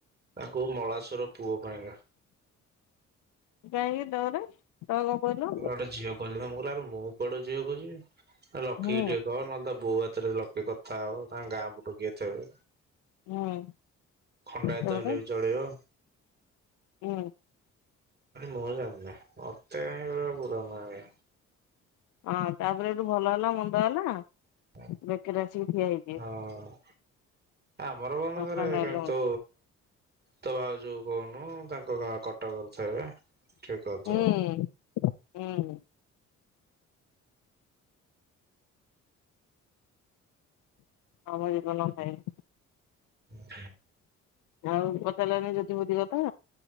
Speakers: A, on the right; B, on the left.
A: ତାକୁ ମଳାଶୁର ପୁଅ ପାଇଁକା।
B: କାଇଁକି ତମର ତ କଣ କହିଲ?
A: କୁଆଡେ ଝିଅ କହିଲ ମୋର ଆ ମୋ ଆହୁରି କୁଆଡେ ଝିଅ କହୁଛି। ଲକିକି
B: ହୁଁ
A: ଟିକେ କହ ନହଲେ ବୋଉ ହାତରେ ଲକି କଥା ହବ ତାଙ୍କ ଗାଁ ପୁଟୁ କିଏଥିବେ।
B: ହୁଁ
A: ଖଣ୍ଡାୟତ
B: ତାପରେ
A: ହେଲେ ବି ଚଳିବ।
B: ହୁଁ
A: ମୁଁ ଜାଣିନି ମତେ ପୁରାନି।
B: ହଁ ତାପରେ ଏଠୁ ଭଲ ହେଲା ମନ୍ଦ ହେଲା।
A: ହଁ
B: ବେକରେ ଆସିକି ଠିଆ ହେଇଛି
A: ଅଁ। ଆମର <unintelligible>
B: ଟଙ୍କା
A: ଘରେ
B: ନାଇଁଲୋ
A: କିନ୍ତୁ- ତ ଭାଉଜଙ୍କୁ କହୁନୁ ତାଙ୍କ ଗାଁ କଟକରେ ଥିବେ ଠିକ କରିଦେବେ।
B: ହୁଁ ହୁଁ। ଆମ ଜୀବନ ପାଇଁ।
A: <unintelligible>
B: ଆଉ ପଚାରିଲାନି ଜ୍ୟୋତି ମୋତି କଥା?